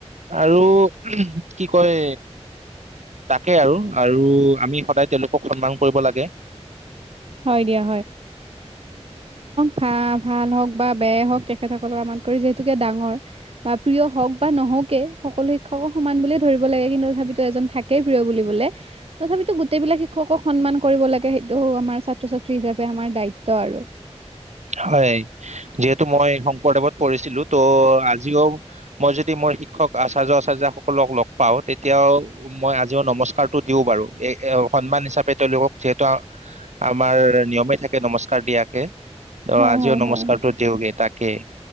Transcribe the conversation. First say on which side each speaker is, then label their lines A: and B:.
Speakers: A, on the right; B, on the right.
A: আৰু কি কয় ত তাকে আৰু আৰু আমি সদায় তেওঁলোকক সন্মান কৰিব লাগে'।
B: হয় দিয়া বা ভাল হওক বা বেয়াই হওঁক তেখেতসকলক আমমান কৰি যিহেতুকে ডাঙৰ বা প্ৰিয় হওক বা নহওকে সকলো শিক্ষকক সমান বুলিয়ে ধৰিব লাগে কিন্তু তথাপিতো এজন থাকেই প্ৰিয় বুলিবোলে তথাপিতো গোটেইবলাক শিক্ষকক সন্মান কৰিব লাগে সেইটো হও আমাৰ,। ছাত্ৰ- ছাত্ৰী হিচাপে আমাৰ দায়িত্ব আৰু'।
A: হয় যিহেতু মই,। দেৱত পঢ়িছিলো ত আজিও মই যদি মোৰ শিক্ষক আচাৰ্য - আচাৰ্য্য সকলক লগ পাওঁ তেতিয়াও মই আজিও নমস্কাৰতটো দিও বাৰু এ সন্মান হিচাপে তেওঁলোকক যিহেতু আমাৰ নিয়মে থাকে নমস্কাৰ দিয়াকে'। অ
B: হয়
A: আজিও
B: হয়
A: নমস্কাৰটো
B: হয়
A: দিওঁগে তাক'। কে,।